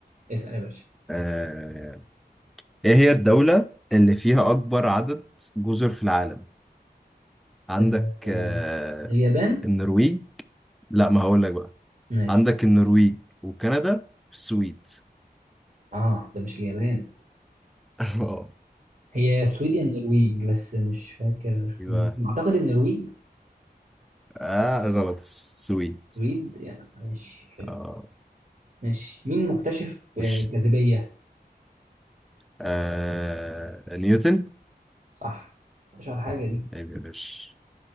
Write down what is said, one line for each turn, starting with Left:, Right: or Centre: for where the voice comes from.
Right: اسأل يا باشا
Centre: آه، ايه هي الدولة اللي فيها أكبر عدد جزر في العالم عندك
Right: آه آه،
Centre: آه،
Right: اليابان
Centre: النرويج لا ما هقول لك بقى
Right: ماشي
Centre: عندك النرويج وكندا والسويد
Right: اه ده مش اليابان
Centre: <laughs> اه
Right: هي يا السويد يا النرويج بس مش فاكر
Centre: يبقى
Right: مين أعتقد النرويج
Centre: اه غلط السويد
Right: سويد يعني ماشي حلو
Centre: اه
Right: ماشي مين مكتشف آه،
Centre: خش
Right: الجاذبية
Centre: آه نيوتن
Right: صح اشهر حاجة دي
Centre: عيب يا باشا